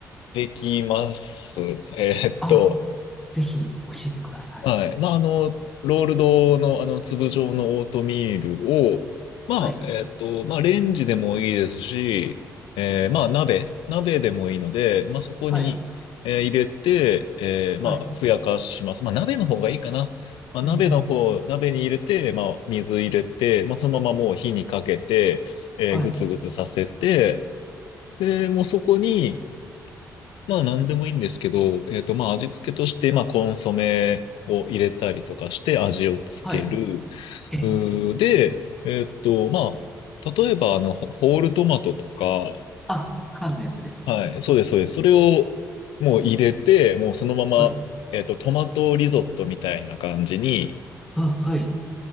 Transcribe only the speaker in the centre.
あ、ぜひ教えてください。
はい、
はい、
はい。
うん、
うん、
はい、
はい。え、
あ、缶のやつですね。
はい
あ、はい。